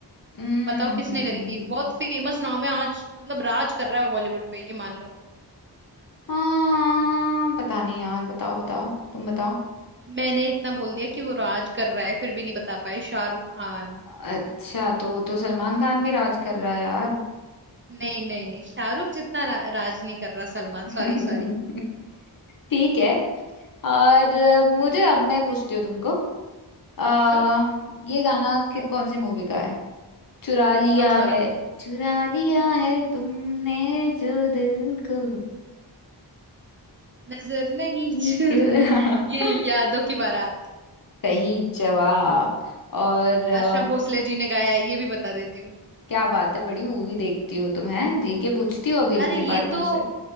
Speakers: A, on the left; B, on the right.
A: हम्म
B: बताओ किसने करी थी बहुत फेमस नाम है आज मतलब राज कर रहा है बॉलीवुड पे ये मान लो
A: हाँ पता नहीं यार बताओ बताओ तुम बताओ
B: मैंने इतना बोल दिया कि वो राज कर रहा है फिर भी नहीं बता पाए शाहरुख खान
A: अच्छा तो वो तो सलमान खान भी राज कर रहा है यार
B: नहीं नहीं नहीं शाहरुख जितना रा, राज नहीं कर रहा सलमान
A: <laughs>
B: सॉरी सॉरी
A: ठीक है और अ, मुझे
B: हम्म
A: अब मैं पूछती हूँ तुमको आ,
B: पूछो
A: ये गाना कि- कौन सी मूवी का है चुरा लिया
B: कौन सा वाला
A: है चुरा लिया है तुमने जो दिल को
B: नजर नहीं
A: ये
B: चुराना
A: चुरा <laughs>
B: ये यादों की बारात
A: सही जवाब और अ,
B: आशा भोसले जी ने गाया है ये भी बता देती हूँ
A: क्या बात है बड़ी मूवी देखती हो तुम है जी के पूछती हो अभी अगली
B: अरे ये
A: बार तुमसे
B: तो